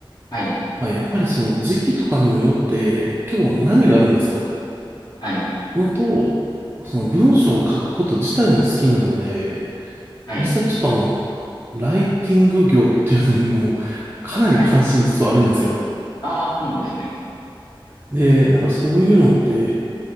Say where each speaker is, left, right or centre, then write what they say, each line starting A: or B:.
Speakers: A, on the left; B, on the right.
A: はい、
B: まあ、やっぱりその時期とかにもよって、結構波があるんですよ。
A: はい、
B: のと、その文章を書くこと自体も好きなので、
A: はい、
B: 実際ちょっとあの、ライティング業っていうのにも、かなり関心実はあるんですよ。
A: はい。ああ、そうなんですね。
B: で、なんかそういうのって、